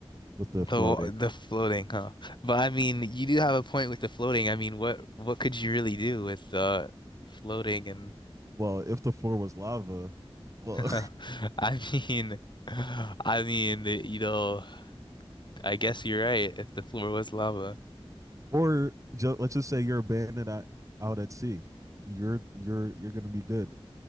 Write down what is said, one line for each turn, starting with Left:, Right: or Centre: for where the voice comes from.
Right: with the
Left: The
Right: floating.
Left: the floating, huh? But I mean, you do have a point with the floating. I mean, what what could you really do with uh floating and
Right: Well, if the floor was lava, well,
Left: <laughs> I mean, I mean, the- you know, I guess you're right if the floor was lava.
Right: <laughs> or ju- let's just say you're abandoned at, out at sea, you're you're you're gonna be good,